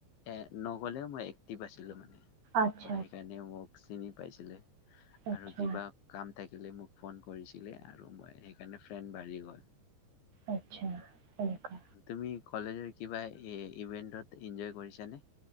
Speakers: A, on the left; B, on the right.
A: এ নগলেও মই এক্টিভ আছিলো মানে
B: আচ্ছা
A: ম সেইকাৰণে মোক চিনি পাইছিলে
B: আচ্ছা আচ্ছা
A: আৰু কিবা কাম থাকিলে মোক ফোন কৰিছিলে আৰু মই সেইকাৰণে ফ্ৰেড বাঢ়ি গ'ল
B: আচছা এনেকা
A: তুমি কলেজৰ কিবা এ ইভেন্টত এনজয় কৰিছ নে